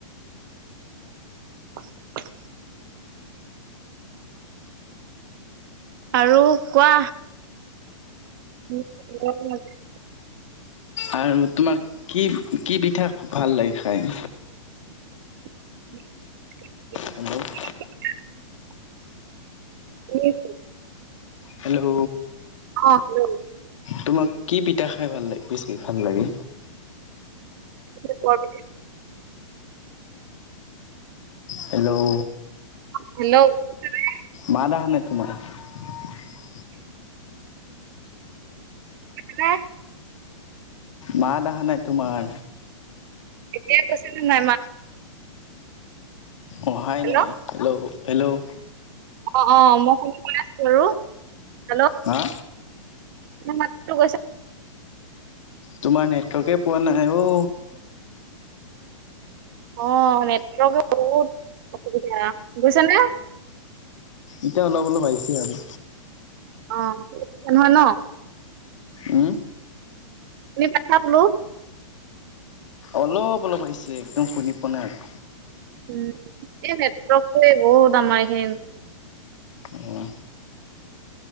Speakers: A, on the right; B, on the left.
A: <inaudible> আৰু কোৱা? <unintelligible>
B: আৰু তোমাক কি, কি পিঠা ভাল লাগে খাই?
A: <inaudible>
B: হেল্ল'।
A: <unintelligible> <unintelligible>
B: হেল্ল'?
A: অহ হেল্ল।
B: তোমাক কি পিঠা খাই ভাল লাগে, বেছি ভাল লাগে?
A: ভাপৰ পিঠা।
B: হেল্ল'!
A: হেল্লও <unintelligible>
B: মাত আহা নাই তোমাৰ। <unintelligible>
A: হে?
B: মাত আহা নাই তোমাৰ।
A: এতিয়া গৈছে নে নাই মাত?
B: অঁহাই
A: হেল্ল'
B: নাই। হেল্ল' হেল্ল'
A: অ অ। মই শুনি পাই আছোঁ বাৰু হেল্ল'
B: হা?
A: মোৰ মাতটো গৈছে?
B: তোমাৰ নেটৱৰ্কে পোৱা নাই অ'
A: অ' নেটৱৰ্কে বহুত অসুবিধা বুজিছা নে?
B: এতিয়া অলপ-অলপ আহিছে আৰু।
A: অ' নহয় ন?
B: উম
A: শুনি পাইছা বুলো?
B: অলপ-অলপ আহিছে একদম শুনি পোৱা নাই আৰু
A: উম, এই নেটৱৰ্ককৰে বহুত আমাৰ এইখিনি
B: আৰু অ